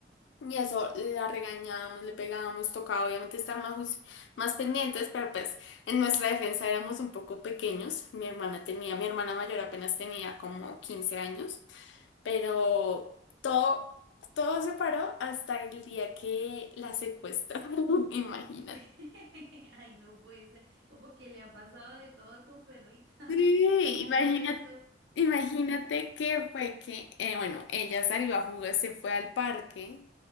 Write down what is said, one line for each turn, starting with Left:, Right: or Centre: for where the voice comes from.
Left: Y eso la regañábamos, le pegábamos, tocaba obviamente estar más, juici- más pendientes, pero pues en nuestra defensa éramos un poco pequeños. Mi hermana tenía, mi hermana mayor apenas tenía como 15 años, pero todo, todo se paró hasta el día que la secuestraron, <laughs> imagínate.
Right: <laughs> Ay, no puede ser. ¿Cómo que le ha pasado de todo a tu perrita?
Left: Sí,
Right: <laughs> ¿Cómo
Left: imagínate
Right: fue eso?
Left: Imagínate que fue que, eh, bueno, ella salió a jugar, se fue al parque